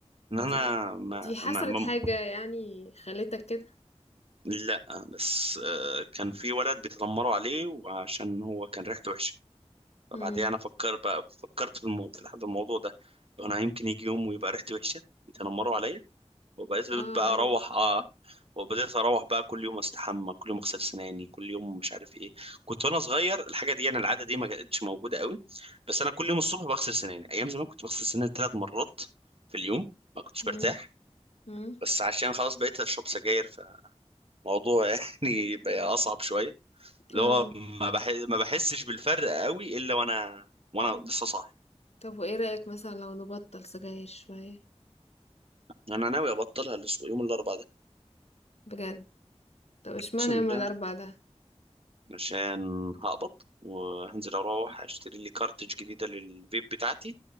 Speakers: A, on the right; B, on the left.
A: ان
B: دي
A: انا ما,
B: دي حصلت
A: ما, ما
B: حاجه يعني خلتك كده
A: لا بس آه، كان في ولد بيتنمروا عليه وعشان هو كان ريحته وحشه فبعديها
B: امم
A: انا فكر بقى فكرت في الموضوع في الح- في الموضوع ده انا يمكن يجي يوم ويبقى ريحتي وحشه يتنمروا عليا وبقيت
B: اه
A: بقى
B: عادي
A: اروح اه وبدأت اروح بقى كل يوم استحمى كل يوم اغسل سناني كل يوم مش عارف ايه كنت وانا صغير الحاجه دي يعني العاده دي ما كانتش موجوده قوي بس انا كل يوم الصبح بغسل سناني ايام زمان كنت بغسل سناني ثلاث مرات في اليوم ما كنتش برتاح
B: امم امم
A: بس عشان خلاص بقيت اشرب سجاير فالموضوع <laughs> يعني بقى اصعب شويه اللي
B: اه
A: هو ما بح... ما بحسش بالفرق قوي الا وانا وانا لسه صاحي
B: طب وايه رايك مثلا لو نبطل سجاير شويه
A: انا ناوي ابطلها الأسبوع- يوم الاربعاء ده
B: بجد طب اشمعنى
A: اقسم
B: يوم
A: بالله
B: الاربعاء ده
A: عشان هقبض وهنزل اروح اشتري لي كارتج جديده للفيب بتاعتي